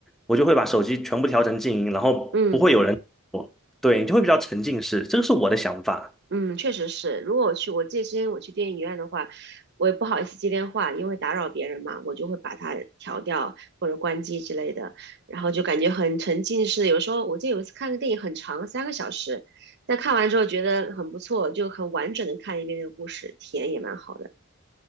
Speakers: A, in the centre; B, on the right (about 50°).
A: 我就会把手机全部调成静音，然后不会有人我，
B: 嗯
A: 对，你就会比较沉浸式，这个是我的想法。
B: 嗯，确实是。如果我去，我记得之前我去电影院的话，我也不好意思接电话，因为打扰别人嘛，我就会把它调掉或者关机之类的，然后就感觉很沉浸式。有时候我记得有一次看个电影很长，三个小时，但看完之后觉得很不错，就很完整的看一遍那个故事，体验也蛮好的。